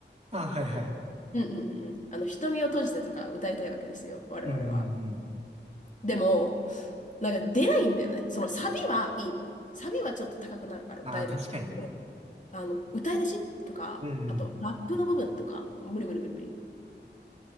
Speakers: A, on the right; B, on the left.
A: ああ、はいはい。
B: うんうんうんうん、あの、瞳を閉じてとか歌いたいわけですよ、我々は。
A: うんうんうん。
B: でも、なんか出ないんだよね。そのサビはいいの。サビはちょっと高くなるから歌えるんだけど、
A: ああ、確かにね。
B: あの、歌い出しとか、
A: うん
B: あと、ラップの部分とか、無理無理無理無理。